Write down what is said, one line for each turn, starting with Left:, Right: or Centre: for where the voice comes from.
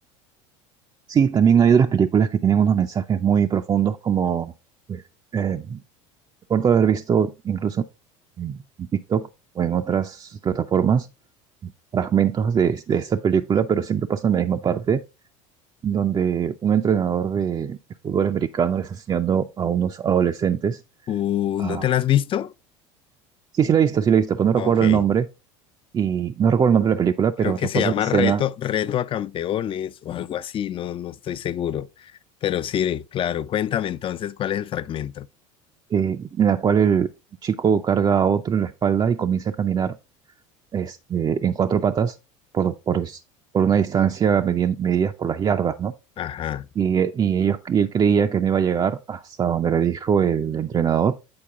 Right: Sí, también hay otras películas que tienen unos mensajes muy profundos, como pues, eh, recuerdo haber visto incluso en TikTok o en otras plataformas fragmentos de, de esta película, pero siempre pasa en la misma parte, donde un entrenador de, de fútbol americano les está enseñando a unos adolescentes
Left: Uh,
Right: a,
Left: ¿no te la has visto?
Right: Sí, sí la he visto, sí la he visto, pues no recuerdo
Left: Ah, Ok.
Right: el nombre, y no recuerdo el nombre de la película, pero
Left: Creo que
Right: recuerdo
Left: se llama
Right: la escena
Left: Reto, Reto a Campeones o algo así, no, no estoy seguro. Pero sí, claro, cuéntame entonces cuál es el fragmento.
Right: eh, en la cual el chico carga a otro en la espalda y comienza a caminar este, en cuatro patas por, por, por una distancia medi- medidas por las yardas, ¿no?
Left: Ajá.
Right: Y, eh, y, ellos, y él creía que no iba a llegar hasta donde le dijo el entrenador,